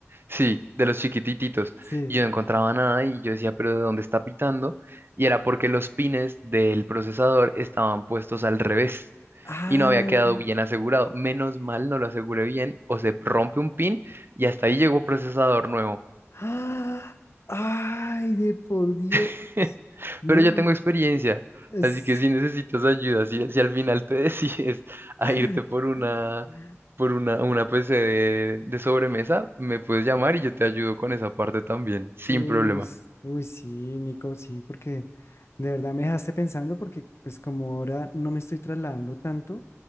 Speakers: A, on the right; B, on the left.
A: Sí, de los chiquitititos.
B: Sí.
A: Y yo no encontraba nada y yo decía, pero ¿de dónde está pitando? Y era porque los pines del procesador estaban puestos al revés
B: Ah,
A: y no había quedado bien asegurado. Menos mal no lo aseguré bien o se rompe un pin y hasta ahí llegó procesador nuevo.
B: ah, ay, de por Dios.
A: <laughs>
B: No.
A: Pero ya tengo experiencia,
B: es-
A: así que si necesitas ayuda, si, si al final te <laughs> decides a
B: <laughs>
A: irte por una, por una, una PC de de sobremesa, me puedes llamar y yo te ayudo con esa parte también, sin
B: Uy,
A: problema.
B: s- uy, sí, Nico, sí, porque de verdad me dejaste pensando porque pues como ahora no me estoy trasladando tanto,